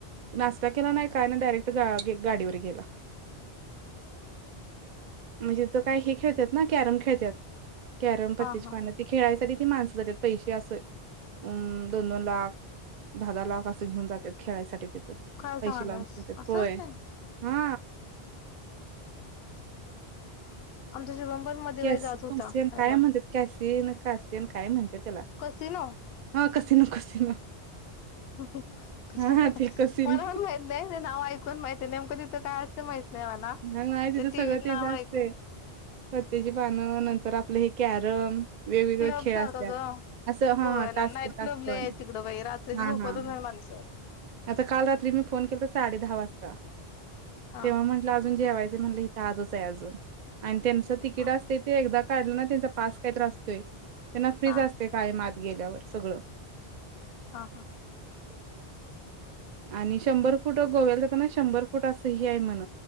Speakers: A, on the right; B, on the left.
A: नाश्ता केला नाही काय ना डायरेक्ट ग गाडीवर गेला. म्हणजे त काही हे खेळतात ना कॅरम खेळतात. कॅरम पत्तेची
B: हा हा
A: पानं ती खेळायसाठी ती माणसं जातात पैसे असं अ दोन दोन लाख दहा दहा लाख असं घेऊन जातात खेळायसाठी तथ.
B: काय
A: पैसे
B: सांगालास
A: लावून खेळतात
B: असंच
A: होय.
B: आहे
A: हा
B: आमच्या शुभम पण मध्ये
A: कॅस
B: बाई जात होता
A: कसिन
B: त्याला
A: काय म्हणतात कॅस सेन काय असते काय म्हणते त्याला
B: कसिनो
A: हा कसिनो कसिनो.
B: मला
A: हा हा ते कसिनो
B: पन माहित नाही ते नाव ऐकून माहिते नेमकं ती काय असत माहित नाही मला
A: नाही तिथं
B: ते टीव्हीत
A: सगळं तेच
B: नाव
A: असतय
B: ऐकून
A: सटेची पानं नंतर आप आपलं हे कॅरम वेगवेगळे
B: क्लब
A: खेळ
B: सारखं
A: असतात.
B: ग
A: असं हा
B: गोव्याला
A: हा टास्क
B: नाईट
A: टास्क
B: क्लब
A: वानी
B: लय आहे तिकडं बाई रात्रीची
A: हा
B: झोपतच
A: हा.
B: नाही माणसं
A: आता काल रात्री मी फोन केलाता साडे दहा वाजता
B: हा
A: तेव्हा म्हंटलं अजून जेवाय म्हणला इथं आजचे अजून अण त्यांचं तिकीट
B: हा
A: असतय ते एकदा काढलं ना त्यांचा पास काही तरी असतोय. त्यांना फ्रीच
B: हा
A: असतंय कायम आत गेल्यावर सगळं.
B: हा, हा.
A: आणि शंभर फुट गोव्याला जाताना शंभर फूट असं हे आहे म्हण